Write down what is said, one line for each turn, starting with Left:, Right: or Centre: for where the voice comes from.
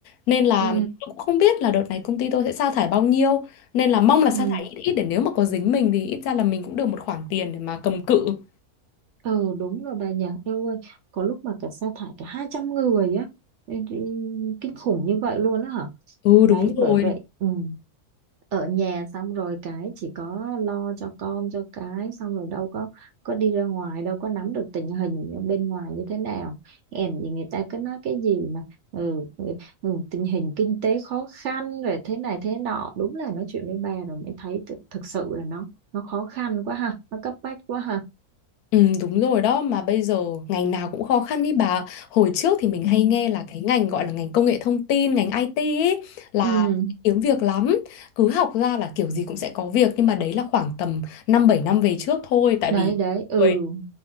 Left: Nên là
Right: ừ
Left: tôi cũng không biết là đợt này công ty tôi sẽ sa thải bao nhiêu nên là mong là
Right: ừ
Left: sa thải ít ít để nếu mà có dính mình thì ít ra là mình cũng được một khoản tiền để mà cầm cự.
Right: Ừ đúng rồi bà nhỉ em ơi có lúc mà cả sa thải cả 200 người á Ê, ê, kinh khủng như vậy luôn á hả
Left: Ừ
Right: đấy
Left: đúng rồi.
Right: bởi vậy ừ. ở nhà xong rồi cái chỉ có lo cho con cho cái xong rồi đâu có có đi ra ngoài đâu có nắm được tình hình ở bên ngoài như thế nào em thì người ta cứ nói cái gì mà ừ, ừ, ừ, tình hình kinh tế khó khăn rồi thế này thế nọ đúng là nói chuyện với bà rồi mới thấy thực, thực sự là nó nó khó khăn quá ha nó cấp bách quá ha
Left: Ừ, đúng rồi đó mà bây giờ ngành nào cũng khó khăn ý bà hồi trước thì mình Ừ. hay nghe là cái ngành gọi là ngành công nghệ thông tin ngành IT ý, là
Right: ừ
Left: kiếm việc lắm cứ học ra là kiểu gì cũng sẽ có việc nhưng mà đấy là khoảng tầm năm bảy năm về trước thôi tại
Right: đấy
Left: vì
Right: đấy ừ
Left: người-